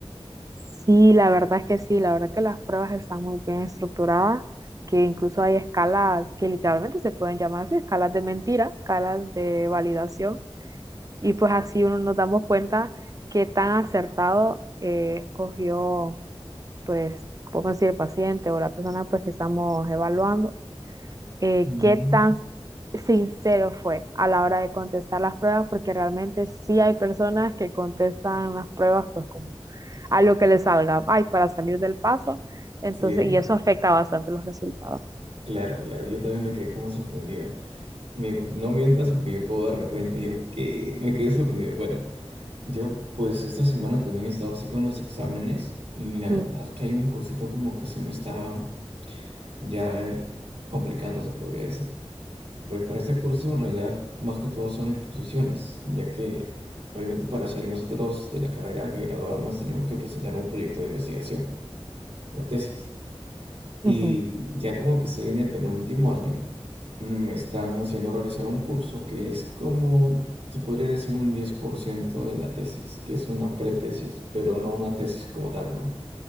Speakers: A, on the right; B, on the right.
A: Sí, la verdad es que sí, la verdad que las pruebas están muy bien estructuradas, que incluso hay escalas que literalmente se pueden llamar así, escalas de mentira, escalas de validación, y pues así uno nos damos cuenta qué tan acertado eh, escogió, pues, podemos decir, el paciente o la persona pues que estamos evaluando eh,
B: Mm.
A: qué tan sincero fue a la hora de contestar las pruebas, porque realmente sí hay personas que contestan las pruebas pues como a lo que les salga, ay, para salir del paso, entonces,
B: Sí,
A: y eso afecta bastante los resultados.
B: claro, claro. Yo también me quedé como sorprendido. Y me dijo, no mientas porque yo puedo darme cuenta. Y yo, ¿qué? Me quedé sorprendido. Bueno, yo pues esta semana también he estado así con los exámenes y la
A: Ujú,
B: verdad es que hay un cursito como que se me está ya eh, complicando, se podría decir. Pues para este curso en realidad más que todo son exposiciones, ya que obviamente para salir nosotros de la carrera que graduarnos tenemos que presentar un proyecto de investigación, la tesis. Y
A: ujú,
B: ya como que estoy en el penúltimo año, mm, me están haciendo realizar un curso que es como, se podría decir un 10% de la tesis, que es una pretesis, pero no una tesis como tal, ¿no?